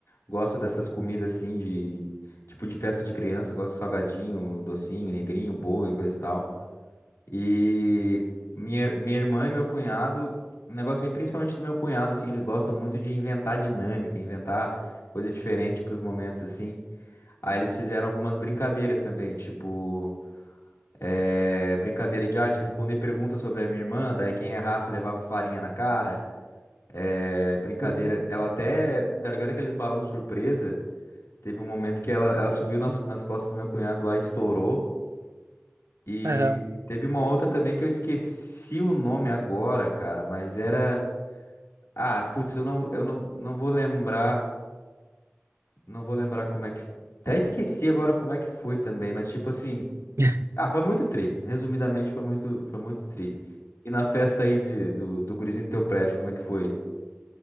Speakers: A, on the left (about 80°); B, on the right (about 80°).
A: gosto dessas comidas assim, de tipo de festa de criança. Gosto de salgadinho, docinho, negrinho, bolo e coisa e tal. E minha, minha irmã e meu cunhado, o negócio vem principalmente do meu cunhado, assim. Eles gostam muito de inventar dinâmica, inventar coisa diferente para os momentos, assim. Aí eles fizeram algumas brincadeiras também, tipo. eh, brincadeira de, ah, de responder perguntas sobre a minha irmã, daí quem errasse levava farinha na cara. É brincadeira.
B: Uhum.
A: Ela até, tá ligado aqueles balão surpresa? Teve um momento que ela, ela subiu
B: Sim.
A: nas, nas costas do meu cunhado lá, estourou. E
B: Aham.
A: teve uma outra também que eu esqueci o nome agora, cara, mas era. Ah, putz, eu não, eu não, não vou lembrar. Não vou lembrar como é que. Até esqueci agora como é que foi também, mas tipo assim.
B: <laughs>
A: Ah, foi muito tri. Resumidamente, foi muito, foi muito tri. E na festa aí de, do, do gurizinho do teu prédio, como é que foi?